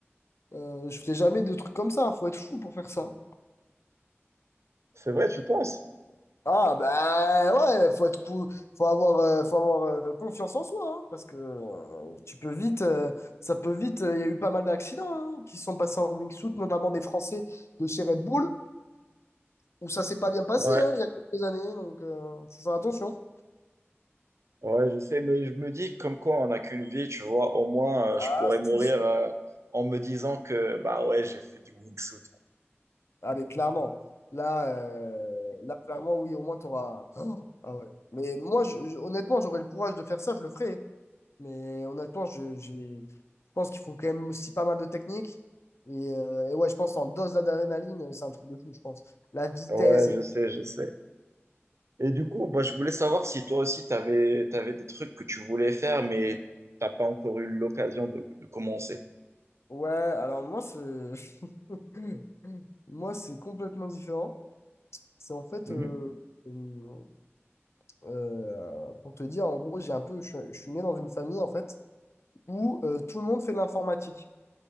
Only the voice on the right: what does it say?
C'est vrai, tu penses?
Ouais.
Ouais, je sais, mais je me dis comme quoi on n'a qu'une vie, tu vois, au moins euh,
je pourrais mourir
euh, en me disant que bah ouais, j'ai fait du wingsuit.
Ouais,
je sais, je sais. Et du coup, bah, je voulais savoir si toi aussi tu avais, des trucs que tu voulais faire, mais t'as pas encore eu l'occasion de, de commencer.
Mhm.